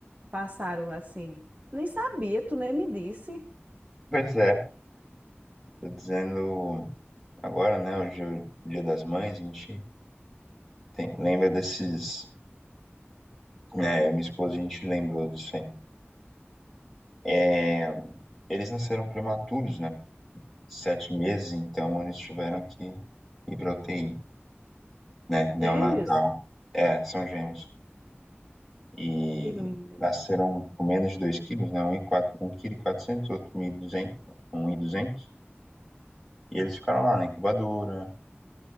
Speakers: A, on the right (about 35°); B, in the centre.
A: passaram assim? Nem sabia, tu nem me disse.
B: Pois é. Tô dizendo agora, né? Hoje é o Dia das Mães, a gente tem- lembra desses. Né, eu e minha esposa, a gente lembrou disso aí. É, eles nasceram prematuros, né? Sete meses, então eles tiveram que ir pra UTI, né? Neonatal.
A: Gêmeos?
B: É, são gêmeos. e
A: Que lindo.
B: nasceram com menos de 2 quilos, né? um 1,400 quatrocentos outro 1.200, 1.200. E eles ficaram lá na incubadora,